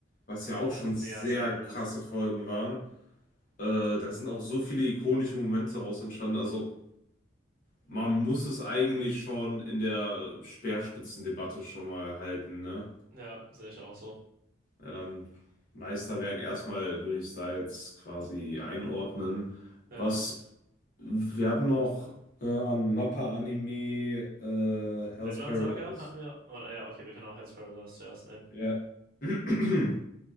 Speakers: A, on the left; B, on the right.
A: was
B: die
A: ja
B: war
A: auch
B: auch
A: schon
B: sehr,
A: sehr
B: sehr
A: krasse
B: gut.
A: Folgen waren. Äh, da sind auch so viele ikonische Momente daraus entstanden. Also, man muss es eigentlich schon in der Speerspitzendebatte schon mal halten, ne?
B: Ja, sehe ich auch so.
A: Ja, dann Meisterwerk
B: Ähm,
A: erstmal würde ich es da jetzt quasi einordnen.
B: Ja,
A: Was wir hatten noch äh, an Mappa-Anime äh,
B: Vinland
A: Hell's Paradise.
B: Saga hatten wir, oder ja, okay, wir können auch Hell's Paradise zuerst nehmen.
A: Ja. <clears throat>